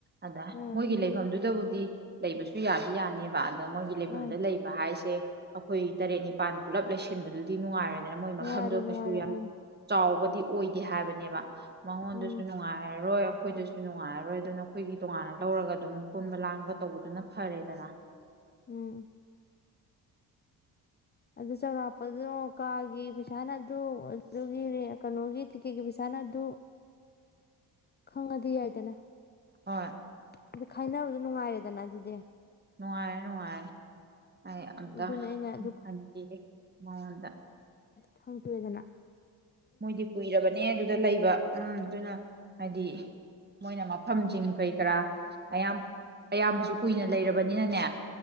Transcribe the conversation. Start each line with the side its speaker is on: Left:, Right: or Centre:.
Right: ꯑꯗ
Left: ꯎꯝ
Right: ꯃꯣꯏꯒꯤ ꯂꯩꯐꯝꯗꯨꯗꯕꯨ ꯗꯤ ꯂꯩꯕꯁꯨ ꯌꯥꯗꯤ ꯌꯥꯅꯦꯕ ꯑꯗꯣ ꯃꯣꯏꯒꯤ ꯂꯩꯐꯝꯗ
Left: ꯎꯝ
Right: ꯂꯩꯕ ꯍꯥꯏꯁꯦ ꯑꯩꯈꯣꯏ ꯇꯔꯦꯠ ꯅꯤꯄꯥꯟ ꯄꯨꯜꯂꯞ ꯂꯩꯁꯟꯕꯗꯨꯗꯤ ꯅꯨꯡꯉꯥꯏꯔꯅꯤ ꯑꯗꯨꯅ ꯃꯣꯏ
Left: ꯅꯨꯡꯉꯥꯏꯔꯣ
Right: ꯃꯐꯝꯗꯣ ꯀꯩꯁꯨ
Left: ꯅꯨꯡꯉꯥꯏꯔꯣ
Right: ꯌꯥꯝ
Left: ꯎꯝ
Right: ꯆꯥꯎꯕ ꯗꯤ ꯑꯣꯏꯒꯦ ꯍꯥꯏꯕꯅꯦꯕ ꯃꯉꯣꯟꯗꯨꯁꯨ
Left: ꯎꯝ
Right: ꯅꯨꯡꯉꯥꯏꯔꯔꯣꯏ ꯑꯩꯈꯣꯏꯗꯁꯨ ꯅꯨꯡꯉꯥꯏꯔꯔꯣꯏ ꯑꯗꯨꯅ ꯑꯩꯈꯣꯏꯒꯤ ꯇꯣꯉꯥꯟꯅ ꯂꯧꯔꯒ ꯑꯗꯨꯝ ꯄꯨꯟꯕ ꯂꯥꯡꯕ ꯇꯧꯕꯗꯨꯅ ꯐꯔꯦꯗꯅ
Left: ꯎꯝ ꯑꯗꯨ ꯆꯥꯎꯧꯔꯥꯛꯄꯗꯨꯅ ꯀꯥꯒꯤ ꯄꯩꯁꯥ ꯇ ꯑꯗꯨꯒꯤ ꯔꯦ ꯀꯩꯅꯣꯒꯤ ꯇꯤꯛꯀꯦꯠꯀꯤ ꯄꯩꯁꯥꯅ ꯑꯗꯨ ꯈꯪꯉꯗꯤ ꯌꯥꯏꯗꯅ
Right: ꯍꯣꯏ
Left: ꯑꯗꯨ ꯈꯥꯏꯅꯕ ꯅꯨꯡꯉꯥꯏꯔꯦꯗꯅ ꯑꯗꯨꯗꯤ
Right: ꯅꯨꯡꯉꯥꯏ ꯅꯨꯡꯉꯥꯏ ꯑꯩ ꯑꯝꯇ
Left: ꯑꯗꯨꯅ ꯑꯩꯅ ꯑꯗꯨ
Right: ꯍꯟꯒꯤ ꯃꯉꯣꯟꯗ
Left: ꯊꯪꯗꯑꯦꯗꯅ
Right: ꯃꯣꯏꯗꯤ ꯀꯨꯏꯔꯕꯅꯦ ꯑꯗꯨꯗ ꯂꯩꯕ ꯎꯝ ꯑꯗꯨꯅ ꯍꯥꯏꯗꯤ ꯃꯣꯏꯅ ꯃꯐꯝꯁꯤꯡ ꯀꯔꯤ ꯀꯔꯥ ꯑꯌꯥꯝ ꯑꯌꯥꯝꯕꯁꯨ ꯀꯨꯏꯅ ꯂꯩꯔꯕꯅꯤꯅꯅꯦ